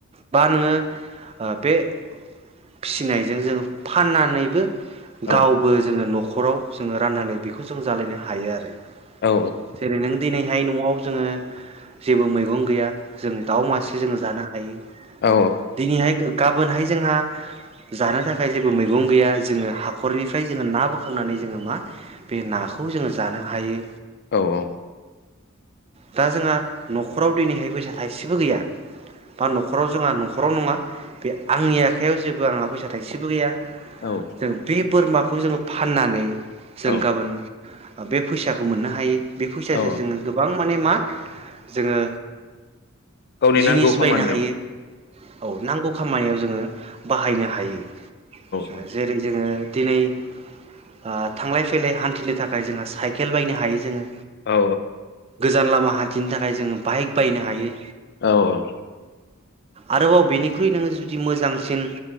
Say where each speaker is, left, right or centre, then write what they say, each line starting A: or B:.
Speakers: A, on the right; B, on the left.
A: बा नोङो ओ बे फिसिनायजो जों फाननानैबो
B: औ
A: गावबो जोङो न' खराव जोङो राननानै बेखौ जों जालायनो हायो आरो दे
B: औ
A: जेरै नों दिनैहाय न'आव जोङो जेबो मैगं गैया जों दाउ मासे जोंङो जानो हायो
B: औ
A: दिनैहाय गाबोनहाय जोंहा जानो थाखाय जेबो मैगं गैया जोङो हाखरनिफ्राय जोङो ना बोखांनानै जोङो मा बे नाखौ जोङो जानो हायो
B: औ औ
A: दा जोंहा न'खराव दिनैहाय फैसा थाइसेबो गैया। बा न'खराव जोंहा न' खराव नङा बे आंनि आखाइायाव जेबो आंहा फैसा थाइसेबो गैया।
B: औ
A: जों बे बोरमा खौ जोङो फाननानै जों
B: औ
A: गाबोन बे फैसाखौ मोननो हायो। बे फैसाजो
B: औ
A: जोङो गोबां माने मा जोङो।
B: गावनि
A: जिनिस
B: नांगौ खामानियाव
A: बायनो हायो औ नांगौ खामानियाव जोङो। बाहायनो हायो ओ
B: औ
A: जेरै जोङो दिनै ओ थांलाय फैलाय हान्थिनो थाखाय जोंहा साइकेल बायनो हायो जोङो।
B: औ
A: गोजान लामा हान्थिनो थाखाय जोङो बाइक बायनो हायो।
B: औ औ।
A: आरोबाव बेनिख्रुइ नोङो जुदि मोजांसिन